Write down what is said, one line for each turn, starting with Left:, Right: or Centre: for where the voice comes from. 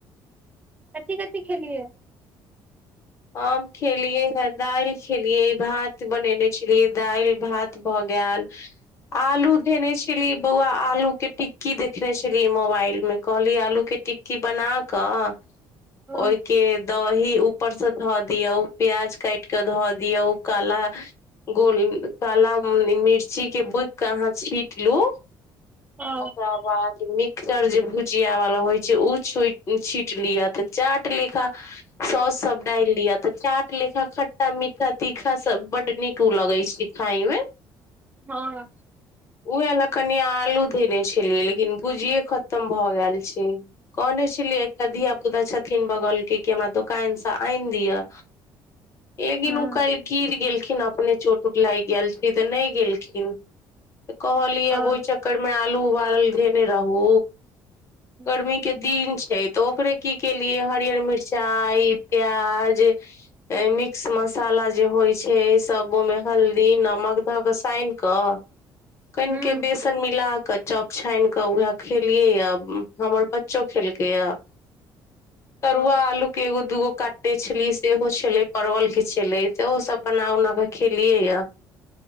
Right: कथी- कथी खेलयै।
Left: हम खेलिय हे, दालि खेलियै, भात बनेने छलियै दालि, भात। भऽ गैल। आलू धने छलीयै बौआ, आलू के टिक्की देखने छलीयै मोबाइल में, कहलीयै आलू के टिक् की बना कऽ,
Right: ओ
Left: ओहिके दही ऊपरसँ धऽ दियो, प्याज काटिकऽ धऽ दियो, काला गोल काला मिर्ची के, बुइक के अहाँ छीट लू।
Right: ओ
Left: ओकरा बाद मि चर भुजिया वाला होइ छै, ओ छुट-छीट लिअ तऽ चाट लेखा सॉस। डालि लिअ तऽ चाट लेखा खट्टा- मीठा -तीखा सब बड् नीक उ लगे छै, खााय में।
Right: हँ।
Left: उह लऽ कनि आलू धेने छलियै, लेकिन भुजिये खतम भए गेल छै। कहने छलियै, एकटा धिया- पुता छथिन बगल के की हमरा दुोकान से आइन दियऽ लेकिन,
Right: हँ
Left: ऊ काइल गिर गेलखिन अपने चोट -उट लागि गेल छलै तऽ नै गेलखिन। तऽ कहलियै आब
Right: ओ
Left: ओहि चक्कर में, आलू उबाल के धेने रहू,
Right: ह
Left: गर्मी के दिन छै, तऽ ओकरे की केलियै हरियर मिरचाई, प्याज मिक्स मसाला जे होइ छै, सब ओहिमे हल्दी नमक धऽ क सानि कऽ कैन
Right: ह
Left: के बिस सन मिला कऽ, चाॅप छानि कऽ, उएह खेलियै या हमर बच्चो खेलकैया। तरुआ
Right: ओ
Left: आलू के एगो दुगो काटेने छलीयै सेहो छलै, परवल के छलै, सेहो सब बना उना कऽ खेलियै यऽ।